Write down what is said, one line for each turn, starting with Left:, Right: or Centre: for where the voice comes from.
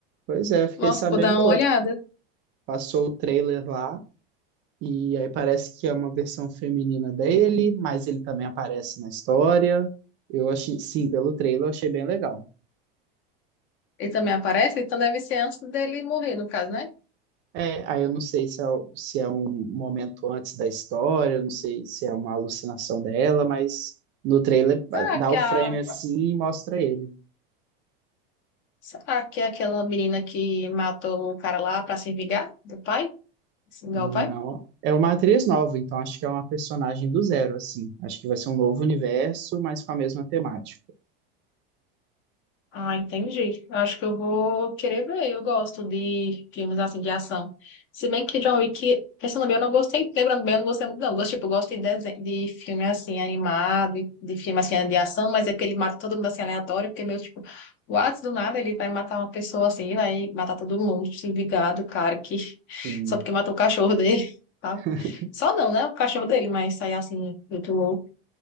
Right: Pois é, eu fiquei
Left: Nossa,
Right: sabendo
Left: vou dar uma
Right: hoje.
Left: olhada.
Right: Passou o trailer lá. E aí parece que é uma versão feminina dele, mas ele também aparece na história. Eu achei, sim, pelo trailer eu achei bem legal.
Left: Ele também aparece, então deve ser antes dele morrer, no caso, né?
Right: É, aí eu não sei se é, o- se é um momento antes da história, não sei se é uma alucinação dela, mas no trailer
Left: Será
Right: ah, dá
Left: que
Right: o
Left: a,
Right: frame assim e mostra ele.
Left: será que é aquela menina que matou o cara lá pra se vingar do pai? Se vingar
Right: Não,
Left: o pai?
Right: é uma atriz nova, então acho que é uma personagem do zero, assim. Acho que vai ser um novo universo, mas com a mesma temática.
Left: Ah, entendi. Eu Acho que eu vou querer ver. Eu gosto de filmes assim de ação. Se bem que John Wick, pensando bem, eu não gostei. Lembrando bem, eu não gostei muito, não. Eu Gosto, tipo, eu gosto de, desen- de filme assim animado, de filme assim de ação, mas é que ele mata todo mundo assim aleatório, porque meio tipo, what, do nada ele vai matar uma pessoa assim, vai matar todo mundo, tipo, se vingado, cara, que <laughs>
Right: Sim,
Left: só porque matou o cachorro dele, <laughs> sabe?
Right: <laughs>
Left: Só não, né? O cachorro dele, mas sair assim, muito louco.